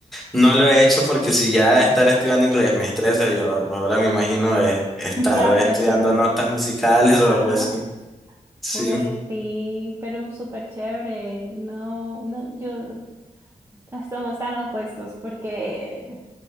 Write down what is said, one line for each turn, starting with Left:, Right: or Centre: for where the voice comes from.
Centre: no lo he hecho porque si ya estar estudiando inglés me estresa, yo ahora me imagino es- estar
Right: Ya aprendiendo.
Centre: estudiando notas musicales
Right: Ajá.
Centre: o algo así. Sí,
Right: güey sí, pero súper chévere. No, no, yo Estamos tan opuestos porque